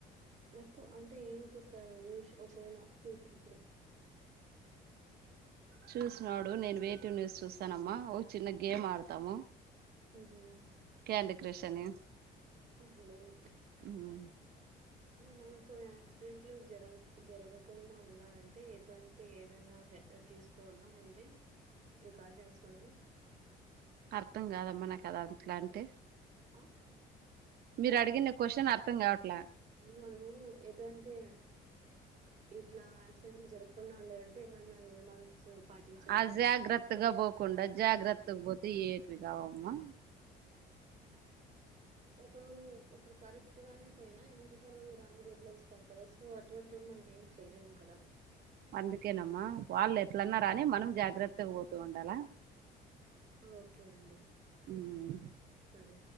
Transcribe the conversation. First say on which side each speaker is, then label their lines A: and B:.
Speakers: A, on the right; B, on the right.
A: ఎక్కువ అంటే ఏం చూస్తారు న్యూస్ ఒకవేళ చూసినప్పుడు
B: చూసినడు నేను వెటివ్ న్యూస్ చూస్తానమ్మా ఓ చిన్న గేమ్ ఆడతాము
A: హ్మ్మ్
B: ఏంటి కృషి అని
A: అవునులేండి.
B: హ్మ్మ్
A: మనకు యాక్సిడెంట్లు జరగు జరగకుండా ఉండాలంటే ఎటువంటి ఏదైనా హెడ్ తీసుకోవాలా ముందే ప్రికాషన్స్ మనము
B: అర్థం కాదమ్మా నాకుద అట్లా అంటిే
A: ఆ
B: మీరు అడిగిన క్వశ్చన్ అర్థం కావట్లా
A: మనము ఎటువంటి ఇట్లా యాక్సిడెంట్లు జరగకుండా ఉండాలంటే ఏమన్నా నియమాలు పాటించాలా
B: ఆ
A: అని
B: జాగ్రత్తగా బకుండ జాగ్రత్తగా బతు తిఏట్వకావమ్మా
A: ఒకరు ఒకరు కరెక్ట్ గానే పోయినా ఇంకొకరు రాంగ్ రూట్ లో వస్తారు కదా సో అటువంటి మనం ఏం చేయలేము కదా
B: అందుకేనమ్మా వాళ్ళు ఎట్లన్నార అని మనం జాగ్రత్తగా పోతూ ఉండాలా
A: ఓకే అండి
B: హ్మ్మ్
A: సరే